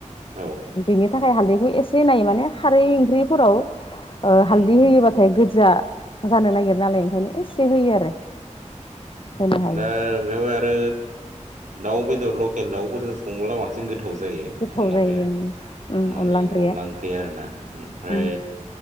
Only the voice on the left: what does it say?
बिनि थाखाय हालदैखौ एसे नायै माने खारै ओंख्रिफोराव ओ
हालददै होयोबाथाय गोजा जानो नागिर नालाय ओंखायनो एसे होयो आरो होनो हायो
गोथाव
जायो उम
ओंख्रिया
उम